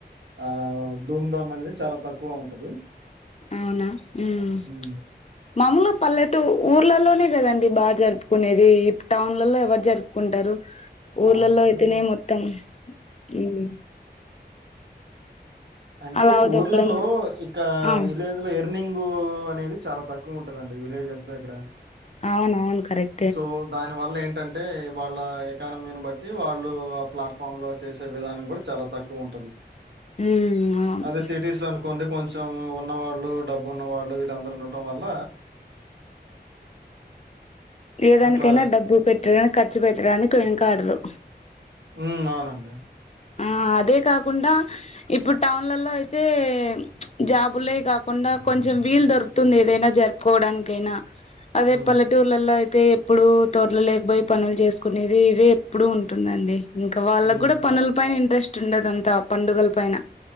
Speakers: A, on the right; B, on the left.
A: ఆ ధూంధామ్ అనేది చాలా తక్కువ ఉంటది
B: అవునా మ్మ్
A: ఉమ్
B: మామూలు పల్లెటూ ఊర్లలోనే కదండి బా జరుపుకునేది ఇ టౌన్లలో ఎవరు జరుపు ఉంటారు
A: టౌన్లలో
B: ఊర్లలో అయితేనే మొత్తం మ్మ్
A: అంటే
B: అలా ఉదొక్కడం
A: ఊర్లలో ఇక
B: ఆ
A: వీలే అందులో ఎర్నింగ్ అనేది చాలా తక్కువ ఉంటదండి విలేజర్స్ దగ్గర
B: ఆవునూన్ కరెక్ట్
A: సో దాని వల్ల ఏంటంటే వాళ్ళ ఎకానమీని బట్టి వాళ్ళు ఆ ప్లాట్ఫామ్ లో చేసే విధానం కూడా చాల తక్కువ ఉంటది
B: ఉమ్ అవును
A: అదే సిటీస్ లో అనుకు కోండి కొంచెం ఉన్న వాళ్ళు డబ్బు ఉన్న వాళ్ళు వీళ్ళందరు ఉండటం వల్ల
B: ఏదానికైనా
A: అట్లా
B: డబ్బు పెట్టగానే ఖర్చు పెట్టడానికి వెనకాడరు
A: మ్మ్ అవునండి
B: ఆ అదే కాకుండా ఇప్పుడు టౌన్లలో అయితే జాబులే కాకుండా కొంచెం వీలు దొరుకు తుంది ఏదైనా జరుపుకోవడానికైనా అదే
A: హ్మ్.
B: పల్లెటూరు టూల్లలో అయితే ఎప్పుడు తోటల్లేకి పోయి పనులు చేసుకునేది ఇదే ఎప్పుడు ఉంటుందండి ఇంకా వాళ్ళకి
A: హ్మ్.
B: కూడా పనుల పైన ఇంట్రెస్ట్ ఉండదంతా పండుగల పైన